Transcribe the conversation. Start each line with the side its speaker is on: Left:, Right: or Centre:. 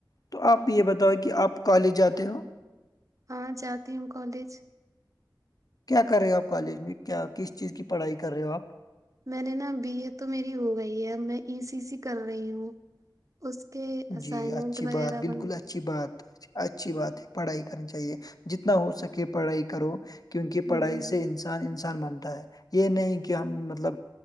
Left: تو آپ یہ بتاؤ کہ آپ کالج جاتے ہو
Right: ہاں جاتی ہوں کالج
Left: کیا کر رہے ہو آپ کالج میں کیا کس چیز کی پڑھائی کر رہے ہو آپ
Right: میں نے نا بی ایڈ تو میری ہو گئی ہے اب میں ای سی سی کر رہی ہوں اس کے اسائنمنٹ
Left: جی اچھی
Right: وغیرہ
Left: بات بالکل
Right: بن
Left: اچھی بات اچھی بات ہے پڑھائی کرنی چاہیے جتنا ہو سکے پڑھائی کرو کیونکہ پڑھائی
Right: ہوں
Left: سے انسان انسان مانتا ہے یہ نہیں کہ ہم مطلب